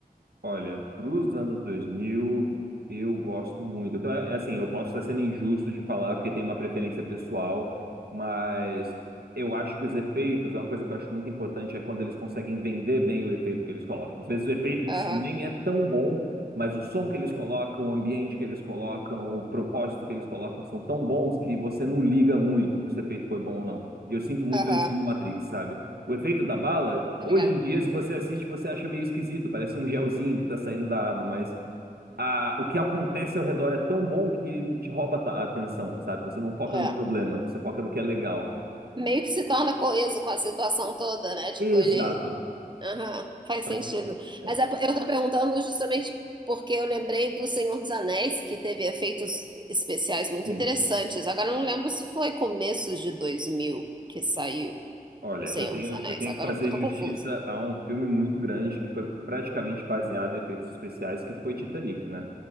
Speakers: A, on the right; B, on the right.
A: olha, para os anos 2000, eu gosto muito. Então, é é assim, eu posso estar sendo injusto de falar porque tem uma preferência pessoal, mas eu acho que os efeitos, uma coisa que eu acho muito importante é quando eles conseguem vender bem o efeito que eles colocam. Às vezes o efeito em
B: Aham,
A: si nem é tão bom, mas o som que eles colocam, o ambiente que eles colocam, o propósito que eles colocam são tão bons que você não liga muito se o efeito foi bom ou não. E eu sinto muito
B: aham,
A: isso no Matrix, sabe? O efeito da bala
B: tá
A: Hoje
B: ligado?
A: em dia, se você assiste, você acha meio esquisito, parece um gelzinho que tá saindo da arma, mas a, o que acontece ao redor é tão bom que te rouba a atenção, sabe? Você não foca
B: é
A: no problema, você foca no que é legal.
B: meio que se torna coeso com a situação toda, né? Tipo,
A: Exato.
B: ele. Aham, faz
A: Faz,
B: sentido.
A: é,
B: Mas é po- eu tô perguntando justamente porque eu lembrei do Senhor dos Anéis, que teve efeitos especiais muito
A: sim,
B: interessantes. Agora eu não
A: sim.
B: lembro se foi começos de 2000 que saiu
A: Olha,
B: o Senhor
A: eu tenho,
B: dos Anéis.
A: eu tenho
B: Agora
A: que fazer
B: eu tô
A: justiça
B: confusa.
A: a um filme muito grande que foi praticamente baseado em efeitos especiais, que foi Titanic, né?